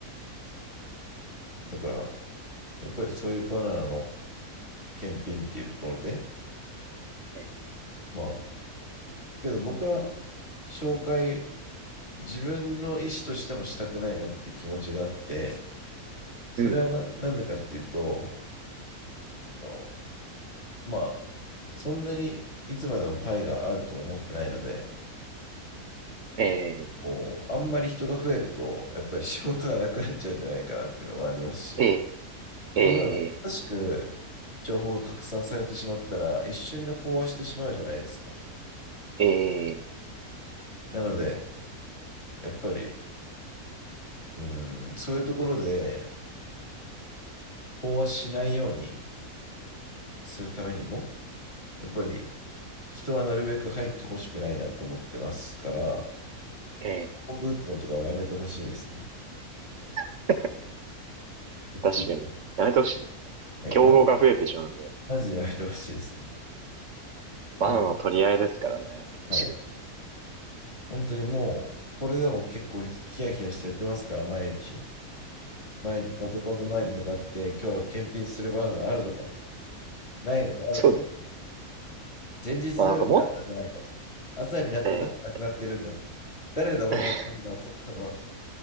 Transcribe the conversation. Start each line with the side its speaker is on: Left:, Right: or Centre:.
Left: だから、やっぱりそういうバナナの検品っていうところで、
Right: にね。
Left: まあ、けど僕は紹介、自分の意思としてもしたくないなっていう気持ちがあって、それはななんでかっていうと、
Right: うん。
Left: あのまあ、そんなにいつまでもパイがあると思ってないので、
Right: え
Left: こうあんまり人が増えると、やっぱり仕事がなくなっちゃうんじゃないかなっていうのもありますし、
Right: ー、えー、
Left: こんなの正しく情報が拡散されてしまったら、
Right: え
Left: 一瞬で飽和してしまうじゃないですか。
Right: ー、え
Left: なので、やっぱり、うん、そういうところで飽和しないようにするためにも、やっぱり人はなるべく入ってほしくないなと思ってますから、
Right: ー、えー。
Left: 僕打つのとかもやめてほしいですね。
Right: <laughs>
Left: は
Right: 確かに。
Left: っ
Right: やめてほしい。
Left: きりはい、
Right: 競合が増えてしまうので。
Left: まず、マジでやめてほしいですね。
Right: バナナの取り合いですからね。
Left: ほん
Right: 結構熾烈な。
Left: はい。本当にもう、これでも結構ヒヤヒヤしてやってますから、毎日。毎日パソコンの前に向かって、今日検品するバナナあるのかと。ないのか、あるのか。
Right: そうです。
Left: 前日の夜にあったじゃないかと。
Right: まあなんかもっ、
Left: 朝になってなんでなくなってるんだと。
Right: え
Left: 誰だ、俺のバナナを取ったのはと。
Right: ー